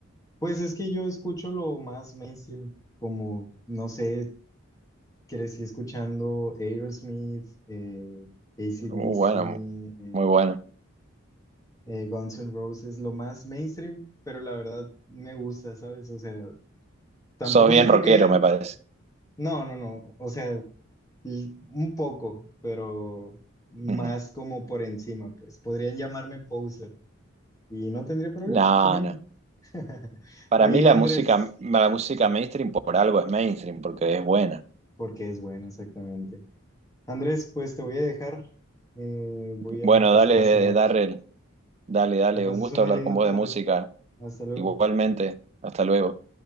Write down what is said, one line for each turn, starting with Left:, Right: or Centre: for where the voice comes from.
Left: Pues es que yo escucho lo más mainstream, como, no sé, crecí escuchando Aerosmith, eh, AC/DC,
Right: Uh, bueno,
Left: eh,
Right: muy bueno.
Left: eh, Guns N' Roses, lo más mainstream, pero la verdad me gusta, ¿sabes? O sea, tampoco
Right: Sos bien
Left: siento
Right: rockero,
Left: que haya,
Right: me parece.
Left: no, no, no, o sea, l- un poco, pero más
Right: Ujú.
Left: como por encima, pues podrían llamarme poser y no tendría problema
Right: No,
Left: con ello.
Right: no.
Left: <laughs>
Right: Para
Left: Oye,
Right: mí la
Left: Andrés,
Right: música, la música
Left: sí,
Right: mainstream por algo es mainstream, porque es buena.
Left: porque es buena, exactamente. Andrés, pues te voy a dejar, eh, voy
Right: Bueno,
Left: a pasar
Right: dale,
Left: a cenar.
Right: Darrell. Dale, dale,
Left: Que pases
Right: un gusto
Left: una
Right: hablar
Left: linda
Right: con vos
Left: tarde.
Right: de música.
Left: Hasta luego.
Right: Igualmente, hasta luego.